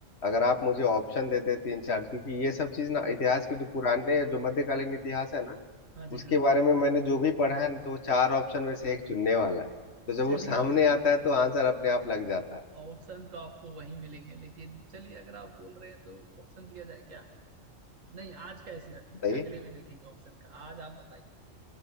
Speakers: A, on the left; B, on the right.
A: अगर
B: ओ
A: आप मुझे ऑप्शन देते तीन चार क्योंकि ये सब चीज ना इतिहास के जो पुराने जो मध्यकालीन इतिहास है ना
B: हाँ जी
A: उसके
B: हाँ
A: बारे में मैंने जो भी पढ़ा है ना तो वो चार ऑप्शन में से एक चुनने वाला है तो जब
B: चलिए
A: वो सामने
B: ऑप्शन
A: आता है तो आंसर अपने आप लग जाता है
B: ऑप्शन तो आपको वहीं मिलेंगे लेकिन चलिए अगर आप बोल रहे हैं तो ऑप्शन दिया जाए क्या नहीं आज का ऐसे ही रखेंगे
A: बताइए
B: अगले में देखेंगे ऑप्शन का आज आप बताइए